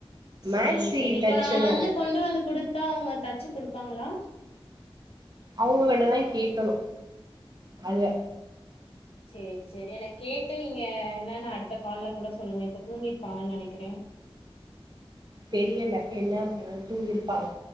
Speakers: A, on the left; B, on the right.
A: சேரி
B: மேக்ஸி
A: சேரி இப்ப
B: தச்சது
A: நான் வந்து கொண்டு வந்து குடுத்தா அவங்க தச்சு குடு பப்பாங்களா
B: அவங்ககிட்டதான் கேட்கணும் அதுல
A: சேரி சேரி என கேட்டு நீங்க என்ன அடுத்த கால்ல கூட சொல்லுங்க இப்ப தூங்கிருப்பாங்கன்னு நினைக்கிறேன்
B: தெரியலை என்ன பண்ண தூங்கிருப்பாங்க